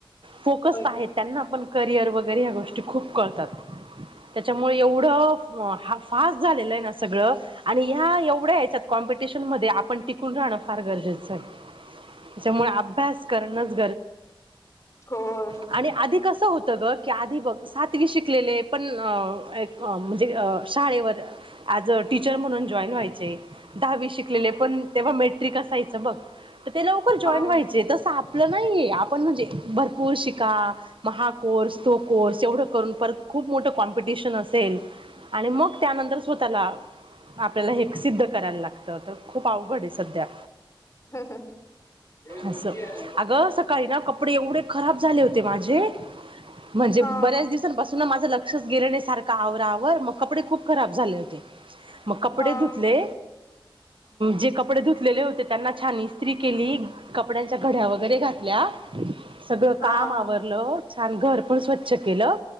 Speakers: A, on the right; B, on the left.
A: फोकस
B: होय.
A: आहे त्यांना पण करिअर वगैरे ह्या गोष्टी खूप कळतात त्याच्यामुळ एवढं हा फास्ट झालेलं आहे ना सगळं आणि ह्या एवढ्या याच्यात कॉम्पिटिशन मध्ये आपण टिकून राहणं फार गरजेचं आहे त्याच्यामुळे अभ्यास करणच
B: होय
A: आणि आधी कसं होतं ग की आधी बघ सातवी शिकलेले पण अ म्हणजे अ शाळेवर आज अ टीचर म्हणून जॉईन व्हायचे दहावी शिकलेले पण तेव्हा मेट्रिक असायचं बघ तर ते लवकर जॉईन
B: हा
A: व्हायचे तस आप आपलं नाहीये आपण म्हणजे भरपूर शिका म हा कोर्स तो कोर्स एवढं करून परत खूप मोठं कॉम्पिटिशन असेल आणि मग त्यानंतर स्वतःला आपल्याला हे सिद्ध करायला लागतं तर खूप अवघड आहे सध्या
B: ह ह <inaudible>
A: असं अगं सकाळी ना एवढे कपडे खराब झाले होते माझे, म्हणजे
B: हा
A: बऱ्याच दिव सापासून माझं लक्षच गेलं सारखं आवरावर, मग कपडे खूप खराब झाले होते. मग कपडे
B: हा
A: धुतले, जे कपडे धुतलेले होते त्यांना छान इस्तरी केली, कपड्यांच्या घड्या वगैरे घातल्या, सगळं
B: हा
A: काम आवर लं, छान घर पण स्वच्छ केलं,